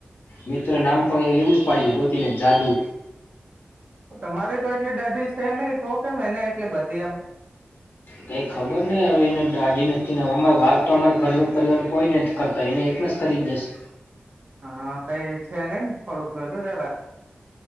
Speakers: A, on the left (about 70°); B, on the right (about 40°).
A: મિત્ર નામ પણ એવુજ પાડી્યું ગોતી, ને જાદુ
B: તમારી તો એટલી દાઢી છે, નહી. તો કેમ એને એટલી બધી એમ
A: કઈ ખબર નને હવે એને દાઢી નથી. અમારે વાર તો અમારા ઘરી પરિવાર કોઈ નથી કરતા એને સ ખ કરી, જ જશે.
B: હા, કઈ છે. નહીને થોડુંક જો, તો રાખ